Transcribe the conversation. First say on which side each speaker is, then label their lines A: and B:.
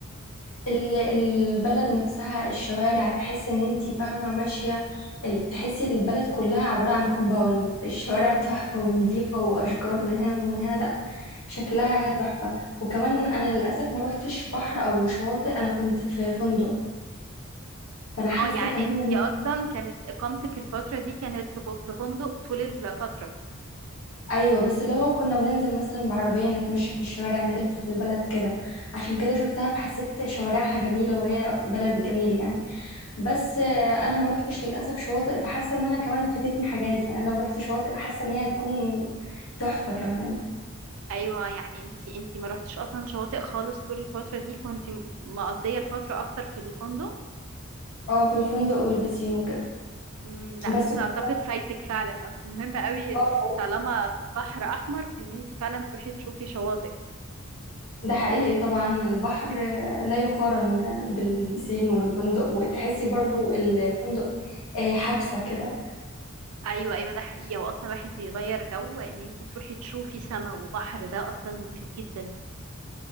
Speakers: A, on the left; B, on the right.
A: ال- البلد نفسها الشوارع تحس ان انتي فاهمة ماشية ال- تحسي البلد كلها عبارة عن كومباوند الشوارع تحفة ونظيفة وأشجار من هنا ومن هنا لأ شكلها تحفة وكمان أنا للأسف ما روحتش بحر أو شواطئ أنا كنت في فندق فأنا حاسة
B: اه يعني
A: كمان
B: انتي
A: إن
B: اصلا كانت اقامتك الفترة دي كانت في في فندق طول الفترة
A: أيوة بس اللي هو كنا بننزل مثلا بعربية نتمشى في الشوارع نلف في البلد كده عشان كده شفتها فحسيت شوارعها جميلة وهي بلد جميل يعني بس آه، انا ما روحتش للاسف شواطئ فحاسه ان انا كمان فاتتني حاجات يعني انا لو روحت شواطئ حاسه ان هي هتكون تحفه كمان
B: ايوه يعني انتي انتي ما رحتش اصلا شواطئ خالص طول الفترة دي كنتي م- مقضية الفترة اكتر في الفندق
A: اه في الفندق والبسين وكده
B: امم لا
A: بس
B: بس
A: كنت
B: اعتقد فايتك فعلا اصل مهم قوي
A: اه
B: طالما بحر احمر في ان انتي فعلا تروحي تشوفي شواطئ
A: ده حقيقي طبعا البحر آه، لا يقارن آه، بالبسين والفندق وتحسي برضو الفندق آه، حبسه كده
B: ايوه ايوه ده حقيقي هو اصلا الواحد بيغير جو ان انتي تروحي تشوفي سما وبحر ده اصلا مفيد جدا